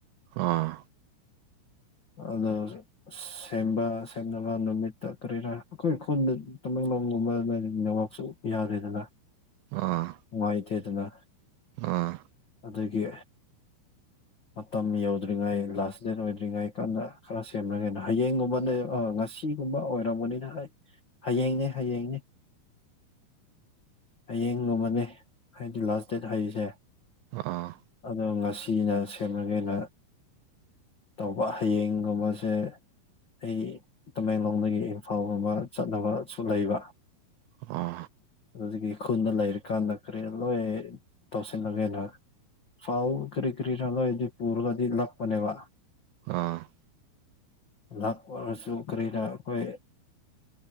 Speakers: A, on the right (about 80°); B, on the left (about 60°).
A: ꯑꯥ
B: ꯍꯗ ꯁꯦꯝꯕ ꯁꯦꯝꯅꯕ ꯅꯨꯃꯤꯠꯇ ꯀꯔꯤꯔꯥ ꯑꯩꯈꯣꯏ ꯈꯨꯣꯟꯗ ꯇꯃꯦꯡꯂꯣꯡꯒꯨꯝꯕꯣꯏꯋꯥꯛꯁꯨ ꯌꯥꯎꯔꯦꯗꯂ
A: ꯑꯥ
B: ꯉꯥꯏ ꯇꯦ ꯑꯗꯨꯅ
A: ꯑꯥ
B: ꯑꯗꯒꯤ ꯃꯇꯝ ꯌꯧꯗ꯭ꯔꯤꯉꯩ ꯂꯥꯁ ꯗꯦꯠ ꯑꯣꯏꯗ꯭ꯔꯤꯉꯩ ꯀꯟꯅ ꯈꯔ ꯁꯦꯝꯅꯉꯦꯅ ꯍꯌꯦꯡꯒꯨꯝꯕꯅꯦ ꯉꯁꯤ ꯑꯁꯤꯒꯨꯝꯕ ꯑꯣꯏꯔꯕꯅꯤꯅ ꯑꯩ ꯍꯌꯦꯡꯅꯦ ꯍꯌꯦꯡꯅꯦ ꯍꯌꯦꯡ ꯅꯣꯡꯃꯅꯤ ꯍꯥꯏꯗꯤ ꯂꯥꯁ ꯗꯦꯠ ꯍꯔꯤꯁꯦ
A: ꯑꯥ
B: ꯑꯗꯣ ꯉꯁꯤꯅ ꯁꯦꯝꯃꯒꯦꯅ ꯇꯧꯕ ꯍꯌꯦꯡꯒꯨꯝꯕꯁꯦ ꯑꯩ ꯇꯃꯦꯡꯂꯣꯡꯗꯒꯤ ꯏꯝꯐꯥꯜꯒꯨꯝꯕ ꯆꯠꯅꯕꯁꯨ ꯂꯩꯕ
A: <unintelligible>
B: ꯑꯗꯨꯗꯒꯤ ꯈꯨꯗ ꯂꯩꯔꯤꯀꯥꯟꯗ ꯀꯔꯤ ꯂꯣꯏ ꯇꯧꯁꯤꯜꯂꯒꯦꯅ ꯐꯥꯎꯎ ꯀꯔꯤ ꯀꯔꯤꯅꯂꯣꯗꯤ ꯄꯔꯒꯗꯤ ꯂꯞꯄꯅꯦꯕ
A: <unintelligible>
B: ꯂꯥꯛꯄ ꯑꯣꯏꯔꯁꯨ ꯀꯔꯤꯅ ꯑꯩꯈꯣꯏ